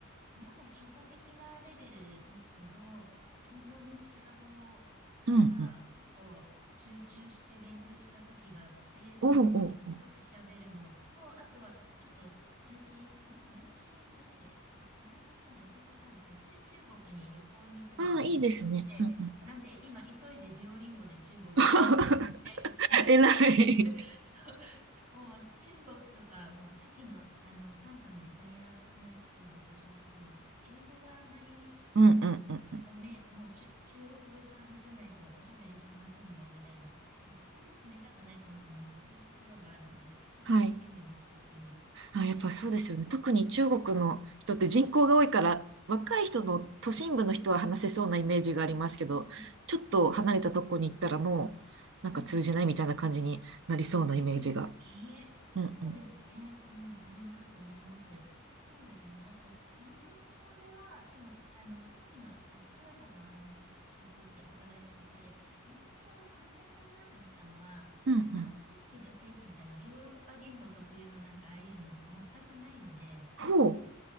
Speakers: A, on the right; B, on the right.
A: まだ初歩的なレベルですけど、インドネシア語
B: うんうん。
A: が結構集中して勉強した時があって、それでしゃ少し喋るのと、
B: おうおうおう。
A: あとはちょっと私、え来週だっけあ、再来週かな忘れちゃったんですけど、中、中国に旅行に行くので、
B: ああ、いいですね。
A: なんで、
B: うんうん。
A: なんで今急いでデュオリンゴで中国語を勉強してます。
B: <laughs> 偉い。
A: <laughs> そうもう中国とか、もうさっきの、あの、菅さんのイタリアのエピソードと一緒ですけど、英語があんまり
B: うんうんうんうん。
A: ダメ、もうち中国語し話せないとおしゃべりしませんよ、みたいな。まあ、そこまで冷たくないかもしれないですけど、そういうところがあるんで、ちょっと一生懸命勉強中です。
B: はい。あ、
A: はい。
B: やっぱそうですよね。特に中国の人って人口が多いから、若い人の都心部の人は話せそうなイメージがありますけど、
A: うん。うん。
B: ちょっと離れたとこに行ったらもう、なんか通じないみたいな感じになりそうなイメージが。
A: うん。うん。ね。
B: うんうん。
A: そうですね。うん。あります、あります。そうですね。あと、インドネシア語は、でも、あの、さっきの、あの、カナさんのお話聞いてて、お伺いしてて、インドネシア語簡単だなと思ったのは、
B: うんうん。
A: 男性詞、女性詞みたいな、ヨーロッパ言語特有のなんか、ああいうの全くないので、
B: ほう。